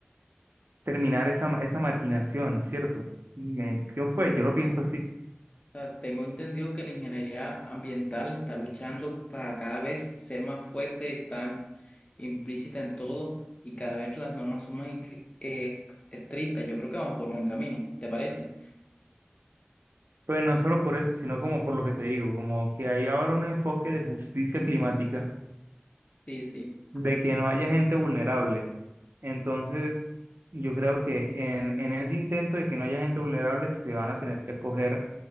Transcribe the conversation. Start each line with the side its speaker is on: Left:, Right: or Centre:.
Right: terminar esa, ma- esa marginación, ¿cierto? Me- yo, pues yo lo pienso así,
Left: sea, tengo entendido que la ingeniería ambiental está luchando para cada vez ser más fuerte, está im- implícita en todo y cada vez las normas son más incri- eh, estrictas. Yo creo que vamos por buen camino, ¿te parece?
Right: pues no solo por eso, sino como por lo que te digo, como que hay ahora un enfoque de justicia climática,
Left: Sí, sí.
Right: de que no haya gente vulnerable. Entonces, yo creo que en, en ese intento de que no haya gente vulnerable, se van a tener que acoger